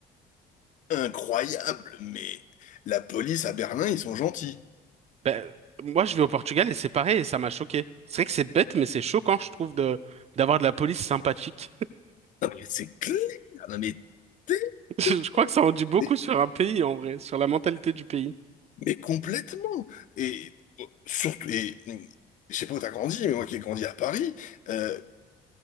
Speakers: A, on the left; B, on the right.
A: incroyable, mais la police à Berlin, ils sont gentils.
B: Ben, moi, je vais au Portugal et c'est pareil et ça m'a choqué. C'est vrai que c'est bête, mais c'est choquant, je trouve, de d'avoir de la police sympathique.
A: Non, mais c'est clair, non, mais t'es
B: <laughs>
A: idiot.
B: Je crois que ça en dit beaucoup
A: mais,
B: sur un pays, en vrai, sur la mentalité du pays.
A: mais complètement. Et euh, surtout, et mm, je sais pas où t'as grandi, mais moi qui ai grandi à Paris, euh,